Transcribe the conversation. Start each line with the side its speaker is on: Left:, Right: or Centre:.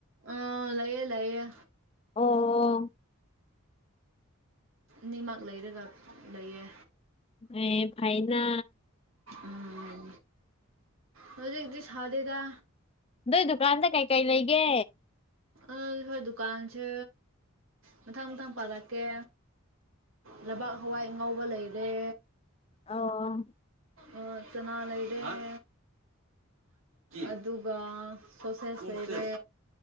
Right: ꯑ ꯂꯑꯌꯦ ꯂꯩꯑꯌꯦ
Left: ꯑꯣ ꯑꯣ
Right: ꯅꯤꯃꯛ ꯂꯩꯔꯒ ꯂꯩꯌꯦ
Left: ꯑꯦ ꯐꯥꯏꯅꯥ
Right: ꯎꯝ ꯍꯧꯖꯤꯗꯤ ꯁꯥꯗꯦꯗ
Left: ꯅꯣꯏ ꯗꯨꯀꯥꯟꯗ ꯀꯩꯀꯩ ꯂꯩꯒꯦ
Right: ꯑ ꯍꯣꯏ ꯗꯨꯀꯥꯟꯁꯦ ꯃꯊꯪ ꯃꯊꯪ ꯄꯥꯔꯛꯀꯦ ꯂꯩꯕꯥꯛ ꯍꯋꯥꯏ ꯉꯥꯎꯧꯕ ꯂꯩꯔꯦ
Left: ꯑ
Right: ꯑ ꯆꯅꯥ ꯂꯩ ꯏꯗꯦꯅꯦ ꯑꯗꯨꯒ ꯁꯣꯠ ꯁꯦꯠꯁꯁꯦ